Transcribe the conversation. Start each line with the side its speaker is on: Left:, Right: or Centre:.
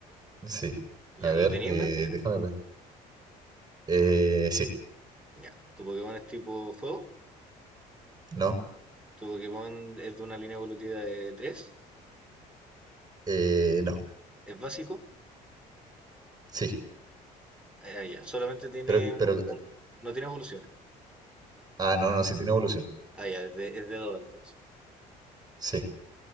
Right: Sí.
Centre: Ya,
Right: A ver,
Centre: ¿lo tenía
Right: eh,
Centre: en mente ya?
Right: déjame ver. Eh, sí,
Centre: Ya. ¿Tu Pokémon es tipo fuego?
Right: no,
Centre: ¿Tu Pokémon es de una línea evolutiva de tres.
Right: eh, no,
Centre: ¿Es básico?
Right: sí.
Centre: Ah, ya. Solamente tiene
Right: Pero,
Centre: un,
Right: pero,
Centre: un- No tiene evoluciones.
Right: ah, no, no, sí tiene evolución.
Centre: Ah, ya, es de, es de 2 entonces.
Right: Sí,